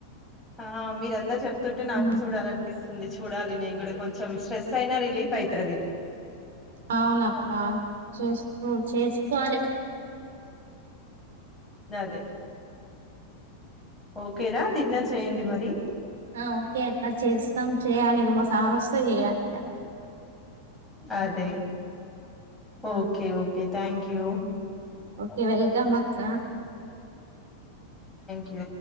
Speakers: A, in the centre; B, on the right.
A: ఆ మీరందరు చెప్ చెపుతుంటే నాకు
B: ఉమ్,
A: చూడాలనిపిస్తుంది ంది చూడాలి నేను కూడా కొంచెం స్ట్రెస్ అయినా రిలీఫ్ అయతది
B: అవునక్క చూస్తూ చేసుకోవాలి
A: అదే ఓకే రా డిన్నర్ చేయండి మరి
B: ఆ ఓకే అక్క చేసి చేస్తాం చేయాలి ఇగ మా స్వామి వస్తే చేయాలి ఇక
A: అదే
B: ఉమ్, ఆ,
A: okay okay thank you
B: okay welcome అక్కా
A: లు